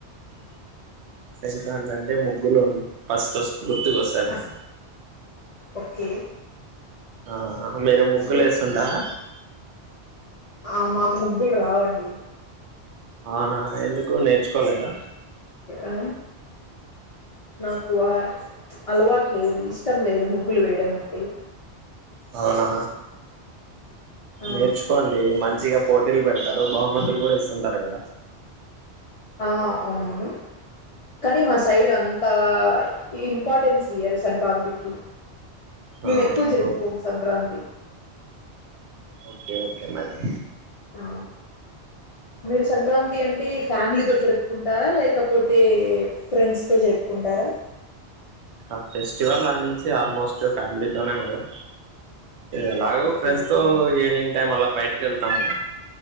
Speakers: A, on the right (about 80°); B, on the left (about 65°).
A: సంక్రాందండి అంటే ముగ్గులు ఫస్ట్ గుర్తుకు వస్తారు
B: ఆ,
A: మేడం
B: ఓకే
A: ఆ మీరు ముగ్గులు
B: అంటే
A: వేస్తుంటారా
B: ఆ మాకు ముగ్గులు రావండి
A: అవునా ఎందుకు నేర్చుకోలేదా
B: ఆ నాకు అలవాటు లేదు ఇష్టం లేదు ముగ్గులు వేయడం అంటే
A: అవునా
B: ఆ
A: నేర్చుకోండి మా మంచిగా పోటీలు పెడతారు బహుమతులు కూడా ఇస్తుంటారు కదా
B: ఆ అవునవును కానీ మా సైడ్ అంతా <unintelligible> ఇంపార్టెన్స్ ఇయ్యరు సంక్రాంతికి మేము
A: ఆ
B: ఎక్కువ జరుపుకోము
A: ఓకే
B: సంక్రాంతి
A: ఓకే ఓకే మేడం
B: ఆ మీరు సంక్రాంతి అంటే ఫ్యామిలీతో జరుపుకుంటారా లేకపోతే ఫ్రెండ్స్ తో జరుపుకుంటారా
A: ఆ ఫెస్టివల్ అన్నించి ఆల్మోస్ట్ ఫ్యామిలీతోనే మేడం ఎలాగో
B: ఓకే
A: ఫ్రెండ్స్
B: ఓకే
A: తో ఈవినింగ్ టైమ్ అలా బయటికి వెళ్తాము